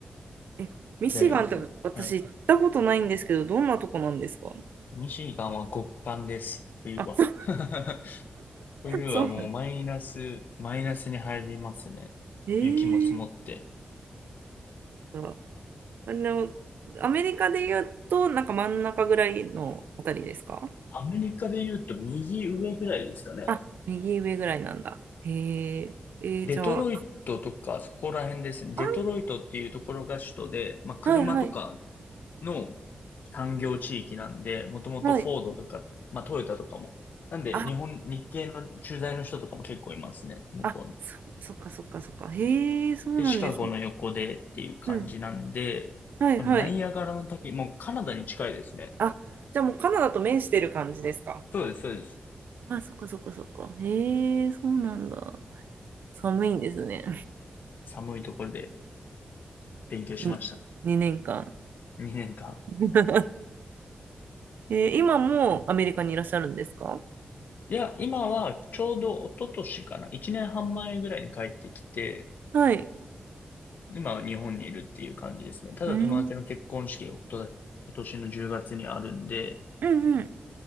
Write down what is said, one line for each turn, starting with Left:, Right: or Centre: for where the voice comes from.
Right: え、ミシガンって私行ったことないんですけど、
Left: 大学。はい。
Right: どんなとこなんですか
Left: ミシガンは極寒です、冬は。
Right: あ、
Left: <laughs> 冬はもうマイナス、
Right: そう。
Left: マイナスに入りますね。
Right: ええ
Left: 雪も積もって。
Right: ーあの、アメリカで言うと、なんか真ん中ぐらいのあたりですか
Left: アメリカで言うと右上ぐらいですかね。
Right: あ、右上ぐらいなんだ。へえ、えー、
Left: デトロイトとかそこら辺ですね。
Right: じゃあ、
Left: デトロイトっていうところが首都で、
Right: あ、
Left: まあ車とか
Right: はいはい、
Left: の産業地域なんで、もともとフォードとか、
Right: はい。
Left: まあトヨタとかも。なんで日本、
Right: あ、
Left: 日系の駐在の人とかも結構いますね、向こうに。
Right: あ、そ、そっかそっかそっか。へえ、そうなんですね。
Left: で、シカゴの横でっていう感じなんで、
Right: うん。はいはい。
Left: そのナイアガラの滝、もうカナダに近いですね。
Right: あ、じゃあもうカナダと面してる感じですか
Left: そうです、そうです。
Right: あ、そっかそっかそっか。へえ、そうなんだ。寒いんですね。
Left: 寒いところで勉強しました。
Right: <laughs> に2年間。
Left: 2年間。
Right: <laughs> えー今もアメリカにいらっしゃるんですか
Left: いや、今はちょうど一昨年かな。一年半前ぐらいに帰ってきて、
Right: はい。
Left: 今は日本にいるっていう感じですね。ただ友達の結婚式がことだ今年の10月にあるんで、
Right: うん。うんうん